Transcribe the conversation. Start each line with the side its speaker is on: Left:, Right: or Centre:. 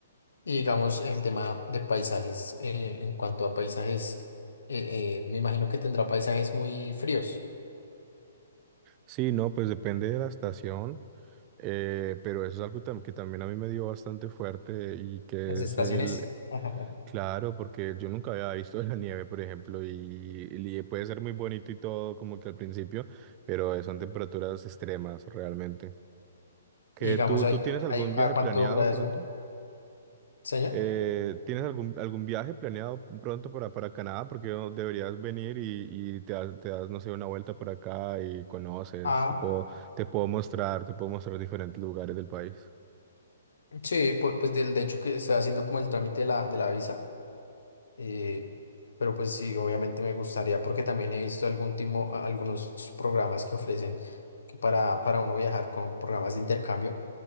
Left: Y digamos, el tema de paisajes, eh, en cuanto a paisajes, eh, eh, me imagino que tendrá paisajes muy fríos,
Right: Sí, no, pues depende de la estación, eh, pero eso es algo tam- que también a mí me dio bastante fuerte y que
Left: las estaciones.
Right: es el,
Left: <laughs>
Right: Claro, porque yo nunca había visto la nieve, por ejemplo, y, y puede ser muy bonito y todo, como que al principio, pero son temperaturas extremas realmente. ¿Que
Left: Y digamos,
Right: tú,
Left: ahí,
Right: tú tienes algún
Left: ahí ¿cada
Right: viaje
Left: cuánto
Right: planeado
Left: dura eso?
Right: pronto?
Left: ¿Señor?
Right: Eh, ¿tienes algún, algún viaje planeado pronto para, para Canadá? Porque no deberías venir y, y te das, te das, no sé, una vuelta por acá y conoces,
Left: Ah,
Right: te puedo, te puedo mostrar, te puedo mostrar diferentes lugares del país.
Left: sí, pu- pues, del de hecho que está haciendo como el trámite de la, de la visa, eh, pero pues sí, obviamente me gustaría porque también he visto algún timo- a- algunos programas que ofrecen que para, para uno viajar con programas de intercambio.